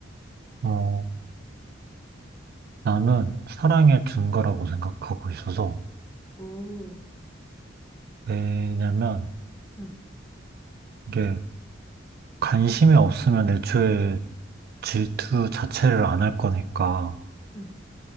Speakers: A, on the right; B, on the left.
A: 어, 나는 사랑의 증거라고 생각하고 있어서,
B: 오,
A: 왜냐면
B: 응,
A: 이게 관심이 없으면 애초에 질투 자체를 안 할 거니까
B: 응,